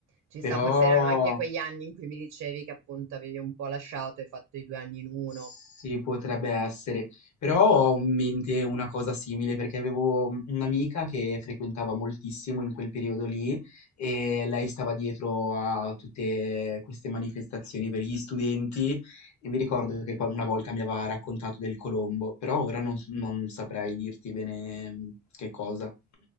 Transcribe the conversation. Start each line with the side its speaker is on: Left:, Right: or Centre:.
Right: Ci
Left: però
Right: sta, forse erano anche quegli anni in cui mi dicevi che appunto avevi un po' lasciato e fatto i due anni in uno.
Left: sì, potrebbe essere. Però ho in mente una cosa simile perché avevo un- un'amica che frequentava moltissimo in quel periodo lì e lei stava dietro a tutte queste manifestazioni per gli studenti e mi ricordo che qua- una volta mi aveva raccontato del Colombo, però ora non, non saprei dirti bene che cosa.